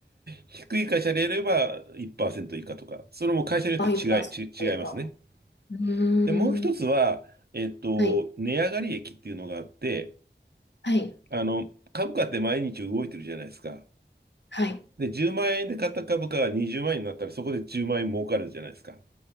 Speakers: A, on the right; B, on the left.
A: 低い会社であれば1%以下とか、それも会社によって違い、
B: 倍パーセント以下。
A: ち違いますね。
B: うーん、
A: で、もう一つは、えっと、
B: はい、
A: 値上がり益っていうのがあって、
B: はい、
A: あの、株価って毎日動いてるじゃないですか。
B: はい、
A: で、10万円で買った株価が20万円になったら、そこで10万円儲かるじゃないですか。